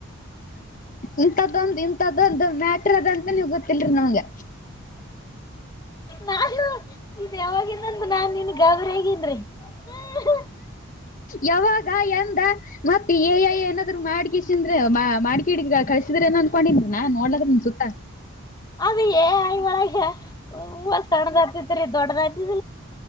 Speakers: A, on the left; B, on the left.
A: ಇಂಥದೊಂದು ಇಂಥದ್ದೊಂದು ಮ್ಯಾಟರ್ ಅದಂತ ನೀವ ಗೊತ್ತಿಲ್ರರಿ ನಮ್ಗೆ
B: ನಾನು ಇದ್ ಯಾವಾಗಿಂದಂತ ನಾ ನಿನ್ ಗಾಬ್ರಿ ಆಗಿ <unintelligible> <inaudible>
A: ಯಾವಾಗ ಎಂದ ಮತ್ತೆ ಏಯ ಏನಾದ್ರು ಮಾಡಗ ಸಿಿಂದ್ರೆ ಮಾಡ್ಕಿ ಹಿಡಗ ಕಳಸಿದ್ರೆ ನನ್ ಕೊಂಡಿದ್ರನಾ ನೋಡ್ಲಾಕತಿನ್ ನಿಮ್ ಸುತ್ತ
B: ಅವಿ ಏ ಆಯ ವಳಗ <unintelligible> ದೊಡ್ಡದಾಗಿ